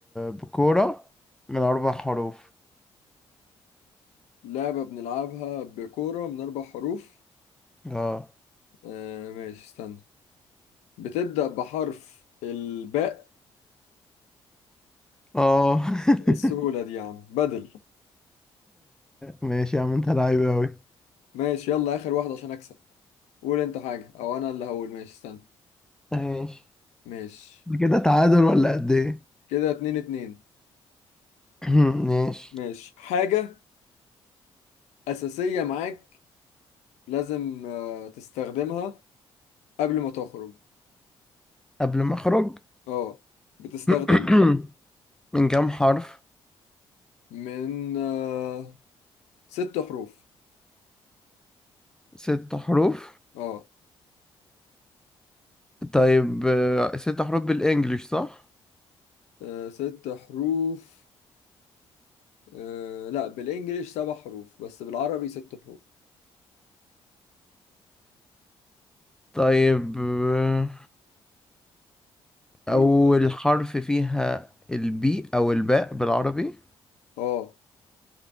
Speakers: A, in the centre; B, on the left.
A: بكورة من أربع حروف
B: لعبة بنلعبها بكورة من اربع حروف
A: اه
B: آه. ماشي استنى بتبدأ بحرف الباء
A: اه
B: ايه
A: <laughs>
B: السهولة دي يا عم بدل
A: ماشي يا عم انت لعيب أوي
B: ماشي يلا اخر واحد عشان اكسب قول انت حاجة او انا اللي هقول ماشي استنى
A: ماشي
B: ماشي
A: ده كده تعادل ولا قد ايه
B: كده اتنين اتنين
A: <clears throat> ماشي
B: ماشي حاجة اساسية معاك لازم آه، تستخدمها قبل ما تخرج
A: قبل ما اخرج
B: اه بتستخدمها
A: <clears throat> من كام حرف
B: من آه، ست حروف
A: ست حروف
B: اه
A: طيب آه، ست حروف بالانجلش صح
B: آه، ست حروف آه، لا بالانجليش سبع حروف بس بالعربي ست حروف
A: طيب آه، اول
B: انجليش.
A: حرف فيها البي او الباء بالعربي
B: اه